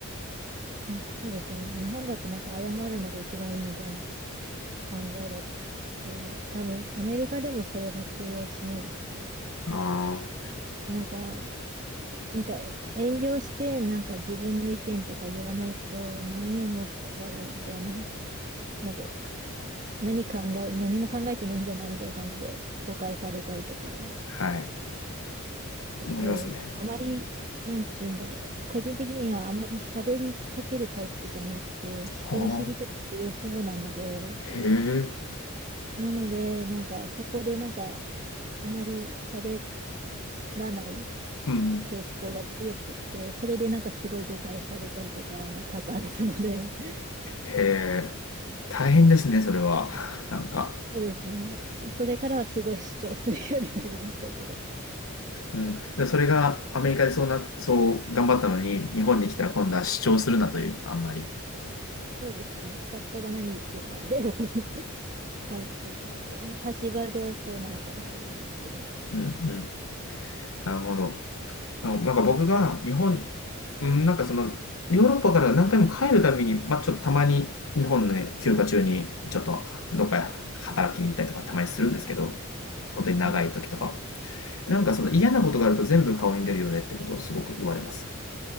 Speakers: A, on the right (about 35°); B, on the left (about 65°).
A: あ、そうですね。日本だとなんか謝るのが一番いいみたいな考えだっそう、多分アメリカでもそれも通用しないですね。
B: な。あ
A: なんか、なんか遠慮して、なんか自分の意見とか言わないと何を持ってんだろうみたいな、なんか何考え、何も考えてないんじゃないみたいな感じで誤解されたりとか
B: あ、はい。
A: あって、
B: 思いますね。
A: あまり、なんて言うんだろう、個人的にはあまり喋りかけるタイプじゃなくて、人見知りとかする方なので、
B: はあ、へえ、
A: なので、なんかそこでなんかあまり喋らない。
B: うん。
A: 傾向が強くて、それでなんかすごい誤解されたりとか多々あったので、<laughs>
B: へえ、大変ですね、それは。なんか。
A: そうですね。それからはすごい主張するようになりましたけど、
B: うん。で、それがアメリカでそうな、そう頑張ったのに、日本に来たら今度は主張するなという、あんまり。
A: そうですよね。下っ端が何言ってんだみたいな <laughs> 感覚になって、まあ立場上そうなのかもしれないんですけど。
B: うんうん。なるほど。あのなんか僕が日本、うん、なんかその、ヨーロッパから何回も帰るたびに、まあ、ちょっとたまに日本の休暇中に、ちょっとどっか働きに行ったりとかたまにするんですけど、本当に長い時とか。
A: はい。
B: なんかその嫌なことがあると全部顔に出るよねってことをすごく言われます。